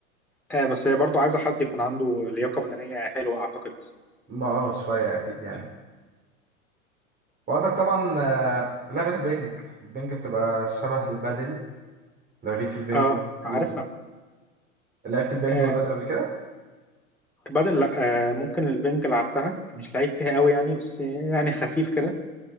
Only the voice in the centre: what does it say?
آه بس هي برضه عايزه حد يكون عنده لياقه بدنيه حلوه اعتقد
اه
عارفها
آه
بدل لا آه ممكن البنج لعبتها مش لعيب فيها قوي يعني بس يعني خفيف كده